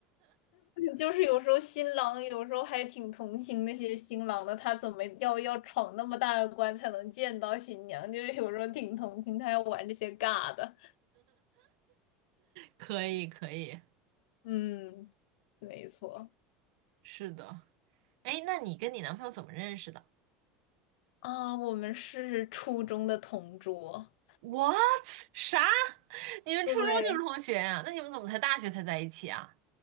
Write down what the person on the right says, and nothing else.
可以，可以，
是的。哎，那你跟你男朋友怎么认识的
？What？啥？<laughs> 你们初中就是同学呀？
那你们怎么才大学才在一起啊？